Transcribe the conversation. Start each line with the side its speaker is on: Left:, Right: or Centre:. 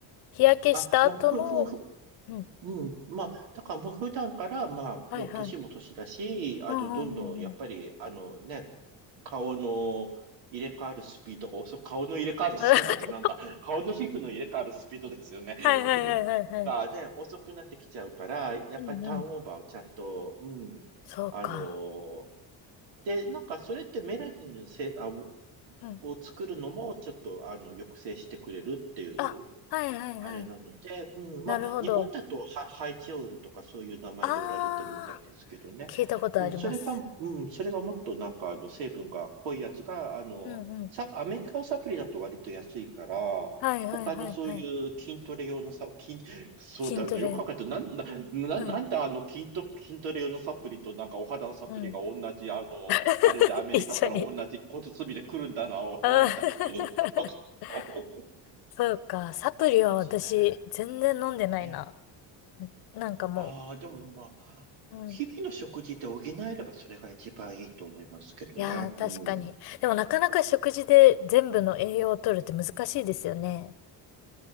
Left: 日焼けした後の、
Right: あ、まあ、ふ、ふ、ふ、
Left: うん。
Right: うん。まあ、だからもう普段から、まあ、
Left: はいはい。
Right: もう年も年だし、あと、
Left: うんうんうんうん。
Right: どんどん、やっぱり、あのね、顔の入れ替わるスピードが遅く、顔の入れ替わるスピードってなんだ
Left: <laughs>
Right: <laughs> 顔の皮膚の入れ替わるスピードですよね。
Left: はいはいはいはいはい。
Right: がね、遅くなってきちゃうから、やっぱりターンオーバーをちゃんと、
Left: うんうん。
Right: うん、
Left: そうか。
Right: あの、で、なんかそれってメラニンのせい、あ、を、
Left: うん。
Right: を作るのもちょっとあの抑制してくれるっていう
Left: あ、はいはいはい。
Right: あれなので、うん、
Left: なるほど。
Right: まあ、日本だとハ、ハイチオールとかそういう名前で売られてるみたいですけどね。
Left: ああ、聞いたことあります。
Right: うん、それが、うん、それがもっとなんか、あの、成分が濃いやつが、あの、
Left: うんうん。
Right: さ、アメリカのサプリだと割と安いから、
Left: はいはいはいはい。
Right: 他のそういう筋トレ用のさ、筋、そうだよな、
Left: 筋トレ。
Right: よく考えると、なん、な、な、
Left: うん。
Right: なんであの筋ト、筋トレ用のサプリとなんかお肌のサプリが同じ、
Left: うん。
Right: あの、
Left: <laughs>
Right: あれでアメリカから同じ小包で来るんだな、
Left: <laughs> 一緒に。
Right: おな、
Left: あー
Right: みたいな。<laughs>
Left: <laughs> そうか。サプリは私、
Right: ですね。
Left: 全然飲んでないな。
Right: ええ
Left: なんかも
Right: ああ、でもまあ、
Left: う。うん。
Right: 日々の食事で補えればそれが一番いいと思いますけどね。
Left: いやー、確かに。
Right: うん。
Left: でもなかなか食事で全部の栄養を取るって難しいですよね。